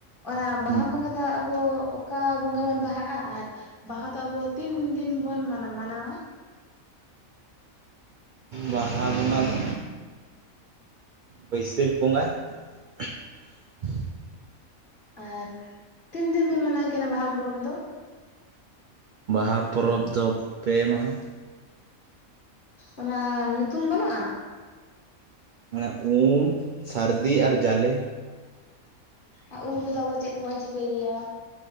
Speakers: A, on the left; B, on the right.
A: ᱚᱱᱟ ᱵᱟᱦᱟ
B: ᱦᱮᱸ
A: ᱵᱚᱸᱜᱟ ᱟᱵ ᱟᱵᱚ ᱚᱠᱟ ᱵᱚᱸᱜᱟ ᱵᱚᱱ ᱵᱟᱦᱟᱜᱼᱟ ᱟᱨ ᱵᱟᱦᱟ ᱫᱚ ᱟᱵᱚ ᱛᱤᱱ ᱫᱤᱱ ᱵᱚᱱ ᱢᱟᱱᱟ ᱢᱟᱱᱟᱣᱟ?
B: ᱵᱟᱦᱟ ᱵᱚᱸᱜᱟ ᱫᱚ ᱵᱟᱹᱭᱥᱟᱹᱠ ᱵᱚᱸᱜᱟ᱾ <unintelligible>
A: ᱟᱨ ᱛᱤᱱ ᱫᱤᱱ ᱫᱚᱱ ᱢᱟᱱᱟᱣ ᱠᱮ ᱚᱱᱟ ᱵᱟᱦᱟ ᱯᱚᱨᱚᱵᱽ ᱫᱚ?
B: ᱵᱟᱦᱟ ᱯᱚᱨᱚᱵᱽ ᱫᱚ ᱯᱮ ᱢᱟᱦᱟ᱾
A: ᱚᱱᱟ ᱧᱩᱛᱩᱢ ᱵᱟᱹᱱᱩᱜᱼᱟ?
B: ᱢᱟᱱᱮ ᱩᱢ, ᱥᱟᱹᱨᱫᱤ ᱟᱨ ᱡᱟᱞᱮ᱾
A: ᱟ ᱩᱢ ᱨᱮᱫᱚ ᱫᱚ ᱟᱵᱚ ᱪᱮᱫ ᱠᱚᱵᱚᱱ ᱪᱤᱠᱟᱹᱭ ᱜᱮᱭᱟ?